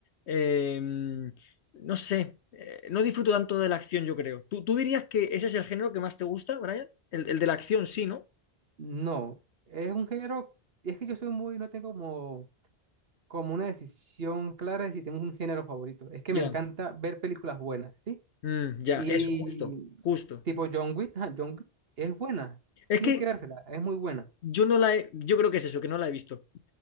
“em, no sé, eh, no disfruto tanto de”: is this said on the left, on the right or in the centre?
Left